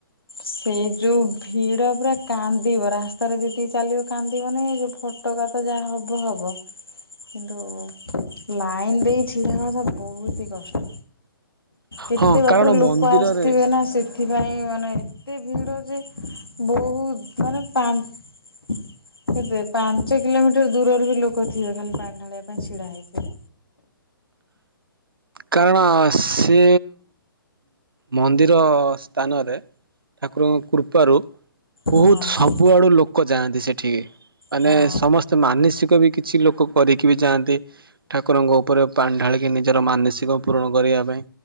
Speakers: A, on the left (about 80°); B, on the right (about 70°).
A: ସେ ଯୋଉ ଭିଡ଼ ପୁରା କାନ୍ଦିବ। ରାସ୍ତାରେ ଯେତିକି ଚାଲିବ କାନ୍ଦିବ ନାଇଁ ଏ ଯୋଉ ଫ ଫଟକା ତ ଯା ହବ ହବ କିନ୍ତୁ ଲାଇନ ଦେଇ ଛିଡ଼ା ହବା ଟା ବହୁତି କଷ୍ଟ। କେତେ
B: ହଁ
A: ବାଟରୁ
B: କାରଣ
A: ଲୋକ
B: ମନ୍ଦିରରେ
A: ଆସିଥିବେ ନା ସେଥିପାଇଁ ମାନେ ଏତେ ଭିଡ଼ ଯେ ବହୁତ ମାନେ ପା କେତେ ପାଞ୍ଚ କିଲୋମିଟର ଦୂରରେ ବି ଲୋକ ଥିବେ ଖାଲି ପାଣି ଢାଳିବା ପାଇଁ ଛିଡ଼ା ହେଇଥିବେ।
B: କାରଣ ସେ ମନ୍ଦିର ସ୍ଥାନରେ ଠାକୁରଙ୍କ କୃପାରୁ ବହୁତ
A: ହଁ
B: ସବୁଆଡ଼ୁ ଲୋକ ଯାଆନ୍ତି ସେଠିକି ମାନେ
A: ହଁ
B: ସମସ୍ ତ ମାନସିକ ବି କିଛି ଲୋକ କରିକି ବି ଯାଆନ୍ତି। ଠାକୁରଙ୍କ ଉପରେ ପାଣି ଢାଳିକି ନିଜର ମାନସି ସିକ ପୂରଣ କରିବା ପାଇଁ।